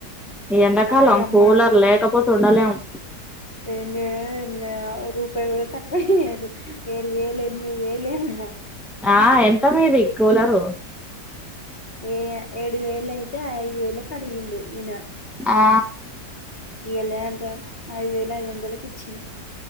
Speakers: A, in the centre; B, on the left (about 35°).
A: ఈ ఎడాకాలం
B: ఆయమ్మ
A: కూలర్ లేకపోతే ఉండలేము.
B: ఏంచేయాలో ఏమో లేదో రూపాయ కూడా తక్కువ చేయరు. ఏడు వేలు ఎనిమిది వేలే అమ్మా
A: ఆ ఎంత మీది కూలరు.
B: ఏ ఏడు వేలు అయితే ఐదు వేలు కడిగిండు ఈయన.
A: ఆ
B: ఇయ్యాల అంట ఐదు వేల ఐదు వందలకి ఇచ్చిర్రు..